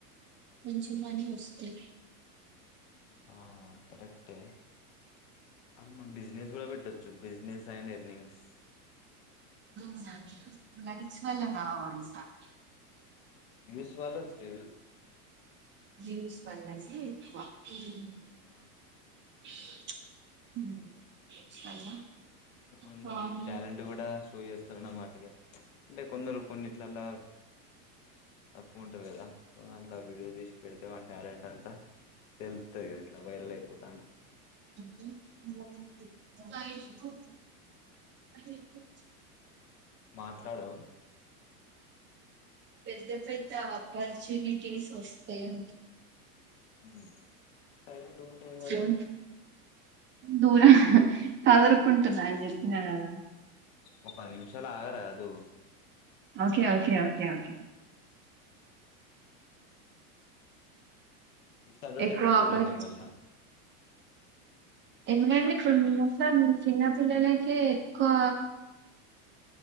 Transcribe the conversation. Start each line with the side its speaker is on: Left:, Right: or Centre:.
Right: మంచిమాని వస్తే
Left: ఆ కరెక్టే అమ్మ బిజినెస్ కూడా పెట్టొచ్చు బిజినెస్ సైండ్ ఎర్నింగ్స్
Right: <inaudible>
Left: వ్యూస్ వళ్ళ వస్తాయి
Right: <inaudible>
Left: ఆ
Right: <inaudible>
Left: కొందరు
Right: కామన్
Left: టాలెంట్ కూడా షో చేస్తారు నా మాటకి అంటే కొందరు కొన్నిట్లలా తక్కువ ఉంటారు కదా ఇలా వీడియో తీసి పెడితే వాని టాలెంట్ అంతా తెలుతుంది కదా ఇట్లా వైరల్ అయిపోతా అంట
Right: <inaudible>
Left: మాట్లాడవు
Right: పెద్ద పెద్ద ఆపర్చునిటీస్ వస్తే ఉ
Left: <inaudible> మరి
Right: స దూర కదురుకుంటున్నా అని చెప్పినా కదా
Left: ఒక పది నిమిషాలులాగరాదు
Right: ఓకే ఓకే ఓకే ఓకే
Left: డిసడ్వాన్ంటేజెస్
Right: ఎక్కువ ఆపర్చు
Left: ఉన్నాయ్ మళ్ళ
Right: ఎందుకంటే ఇప్పుడు మొత్తం చిన్నపిల్లలకి ఎక్కువ